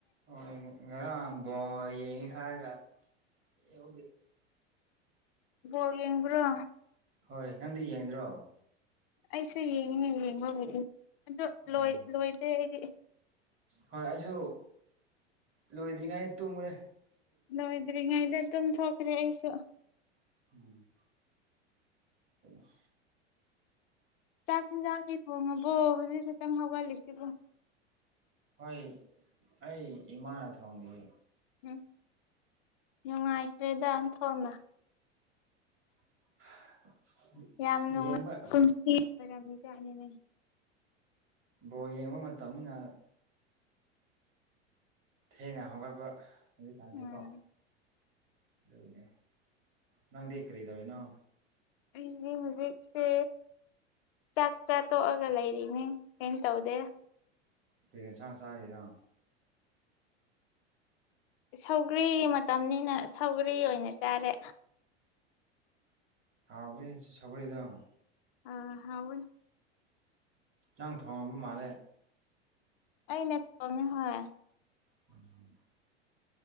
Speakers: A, on the right; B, on the left.
A: ꯍꯣꯏ ꯉꯔꯥꯡ ꯕꯣ ꯌꯦꯡꯉꯦ ꯍꯥꯏꯔꯒ ꯌꯦꯡꯗꯤ
B: ꯑꯣ ꯌꯦꯡꯕ꯭ꯔꯣ
A: ꯍꯣꯏ ꯅꯪꯗꯤ ꯌꯦꯡꯗ꯭ꯔꯣ
B: ꯑꯩꯁꯨ ꯌꯦꯡꯉꯦ ꯌꯦꯡꯕꯕꯨꯗꯤ ꯑꯗꯨ
A: ꯑꯣ
B: ꯂꯣꯏꯗꯦ ꯑꯩꯗꯤ
A: ꯍꯣꯏ ꯑꯩꯁꯨ ꯂꯣꯏꯗ꯭ꯔꯤꯉꯩ ꯇꯨꯝꯈꯦ
B: ꯂꯣꯏꯗ꯭ꯔꯤꯉꯩꯗ ꯇꯨꯝ ꯊꯣꯛꯈ꯭ꯔꯦ ꯑꯩꯁꯨ
A: ꯎꯝ ꯍ
B: ꯆꯥꯛ ꯌꯦꯟꯖꯥꯡꯒꯤ ꯊꯣꯡꯉꯕꯣ ꯍꯧꯖꯤꯛ ꯈꯤꯛꯇꯪ ꯍꯧꯒꯠꯂꯤꯁꯤꯕꯣ
A: ꯍꯣꯏ ꯑꯩ ꯏꯃꯥꯅ ꯊꯣꯡꯉꯦ
B: ꯎꯝ ꯅꯨꯡꯉꯥꯏꯈ꯭ꯔꯦꯗꯝ ꯊꯣꯟꯅ
A: <inaudible>
B: ꯌꯥꯝ ꯅꯨꯡꯉꯥꯏ
A: ꯌꯦꯡꯕ
B: ꯀꯟꯁꯤ ꯑꯣꯏꯔꯝꯖꯠꯅꯤꯅꯦ
A: ꯕꯣ ꯌꯦꯡꯕ ꯃꯇꯝꯅꯤꯅ ꯊꯦꯡꯅꯍꯒꯔꯕ ꯍꯧꯖꯤꯛꯀꯥꯟꯁꯤ
B: ꯎꯝ
A: ꯀꯣ ꯑꯗꯨꯅꯦ ꯅꯪꯗꯤ ꯀꯔꯤ ꯇꯧꯤꯅꯣ
B: ꯑꯩꯅꯦ ꯍꯧꯖꯤꯛꯁꯦ ꯆꯥꯛ ꯆꯥ ꯇꯣꯛꯑꯒ ꯂꯩꯔꯤꯅꯦ ꯑꯦ ꯇꯥꯎꯗꯦ
A: ꯄꯦꯟꯁ ꯆꯔꯦꯗ
B: ꯁꯧꯒꯔꯤ ꯃꯇꯝꯅꯤꯅ ꯁꯧꯒꯔꯤ ꯑꯣꯏꯅ ꯇꯥꯔꯦ
A: ꯍꯥꯎꯕ ꯁꯒꯔꯗꯑꯣ
B: ꯑꯥ ꯍꯥꯎ
A: ꯑꯥꯡ ꯊꯣꯡꯉꯕ ꯃꯥꯜꯂꯦ
B: ꯑꯩꯅꯠꯇꯀꯦ ꯍꯣꯏ
A: ꯎꯝ